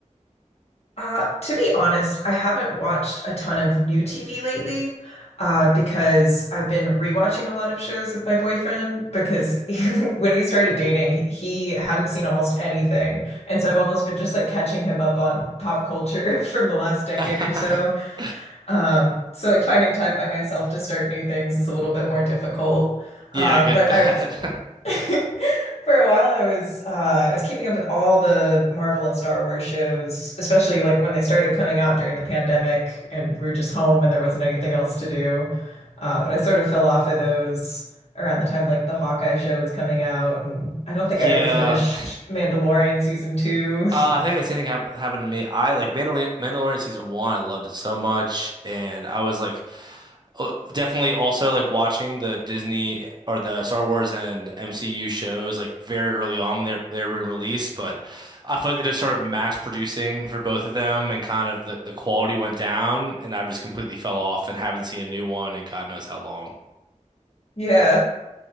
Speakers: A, on the left (about 55°); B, on the right (about 35°).
A: Uh, to be honest, I haven't watched a ton of new TV lately, uh, because I've been rewatching a lot of shows with my boyfriend because <laughs> when we started dating, he hadn't seen almost anything. And so I've almost been just like catching him up on pop culture <laughs> from the last decade
B: <laughs>
A: or so. Um, so like finding time by myself to start new things is a little bit more difficult.
B: Yeah,
A: Uh,
B: I get
A: but
B: that.
A: I've
B: <laughs>
A: <laughs> For a while, I was uh, I was keeping up with all the Marvel and Star Wars shows, especially like when they started coming out during the pandemic, and we were just home and there wasn't anything else to do. Uh, but I sort of fell off of those around the time like the Hawkeye show was coming out, and I don't think
B: Yeah,
A: I ever finished
B: uh,
A: Mandalorian season two.
B: I
A: <laughs>
B: think the same thing hap happened to me. I like Mandal Mandalorian season one. I loved it so much, and I was like uh, definitely also like watching the Disney or the Star Wars and MCU shows like very early on when they they were released, but I feel like they just started mass producing for both of them and kind of the, the quality went down and I've just completely fell off and haven't seen a new one in God knows how long.
A: Yeah,